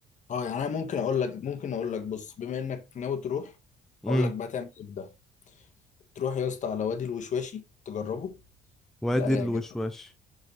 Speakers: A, on the left; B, in the centre.
A: اه يعني انا ممكن اقول لك ممكن اقول لك بص بما انك ناوي تروح
B: امم
A: اقول لك بقى تعمل ايه بده تروح يا اسطى على وادي الوشواشي تجربه
B: وادي
A: ده هيعجبك
B: الوشواش